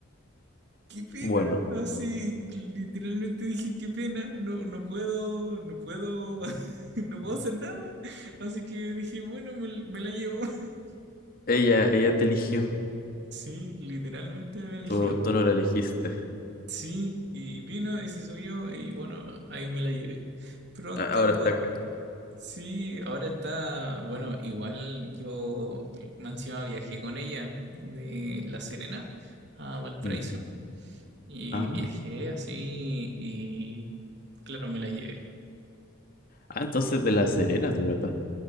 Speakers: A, on the right; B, on the left.
A: qué pena.
B: Bueno,
A: Así, literalmente dije, qué pena, no, no puedo, no puedo, <laughs> no puedo hacer nada. Así que dije, bueno, me, me la llevo. <laughs>
B: ella, ella te eligió,
A: Sí, literalmente me eligió.
B: tú, tú no la elegiste.
A: Sí, y vino y se subió y bueno, ahí me la llevé. Pero antes,
B: A- Ahora está
A: cuan-
B: acá.
A: sí, ahora está, bueno, igual yo más encima viajé con ella de La Serena a Valparaíso
B: Mm.
A: y
B: Ah,
A: viajé así y claro, me la llevé.
B: ah, entonces de La Serena, tu gata.